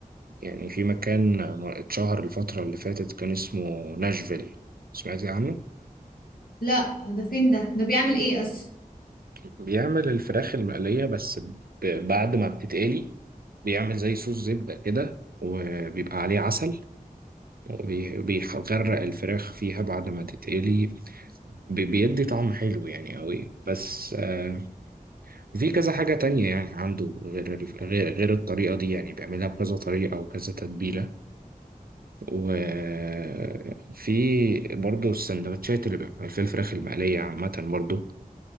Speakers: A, on the right; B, on the left.
A: يعني في مكان اتشهر الفترة اللي فاتت كان اسمه ناشفيل سمعتي عنه
B: لا ده فين ده ده بيعمل ايه اصلا
A: بيعمل الفراخ المقلية بس ب- بعد ما بتتقلي بيعمل زي صوص زبدة كده وبيبقى عليه عسل وبيغرق الفراخ فيها بعد ما تتقلي بي- بيدي طعم حلو يعني قوي بس آه، في كذا حاجة تانية يعني عنده غير ال- غير غير الطريقة دي يعني بيعملها بكذا طريقة وكذا تتبيلة وفي برضه السندوتشات اللي بيبقى في الفراخ المقلية عامة برضه